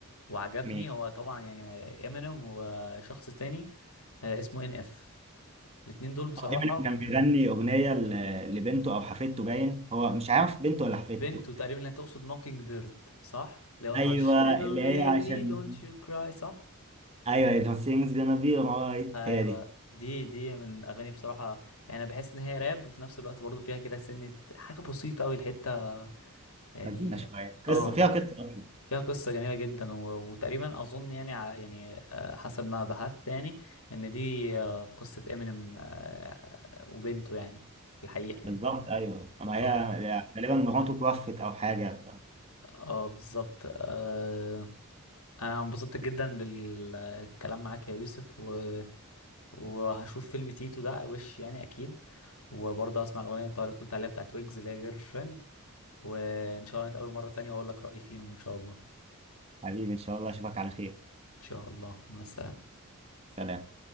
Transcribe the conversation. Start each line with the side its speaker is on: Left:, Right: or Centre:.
Left: وعجبني
Right: مين؟
Left: هو طبعا يعني امينيم وشخص تاني آه، اسمه ان اف الاتنين دول بصراحة
Right: اه ايمن كان بيغني اغنيه ل- لبنته او حفيدته باين هو مش عارف بنته ولا حفيدته
Left: بنت وتقريبا اللي هتقصد ماكينج بيرد صح؟ اللي هو هاش
Right: ايوه
Left: little
Right: اللي
Left: baby
Right: هي عشان
Left: don't you cry صح؟
Right: ايوه it was things gonna be alright
Left: ايوه
Right: هي دي
Left: دي دي من اغاني بصراحة يعني انا بحس ان هي راب وفي نفس الوقت برضو فيها كده سنة حاجة بسيطة قوي الحتة يعني
Right: حزينه شويه قصه
Left: اه
Right: فيها قصه اصلا
Left: فيها قصة جميلة جدا و... وتقريبا اظن يعني ع- يعني آه، حسب ما بحثت يعني ان دي آه، قصة امينيم وبنته يعني في الحقيقة يعني
Right: بالظبط ايوه اما هي
Left: اه
Right: غالبا مراته توفت او حاجه
Left: اه بالظبط آه، انا انبسطت جدا بالكلام معاك يا يوسف و... وهشوف فيلم تيتو ده وش يعني اكيد وبرضه هسمع الاغنيه اللي انت قلت عليها بتاعت ويجز اللي هي جيرل فريند وان شاء الله نتقابل مره تانية واقول لك رايي فيهم ان شاء الله ان
Right: حبيبي ان شاء الله اشوفك على خير
Left: شاء الله مع السلامه
Right: سلام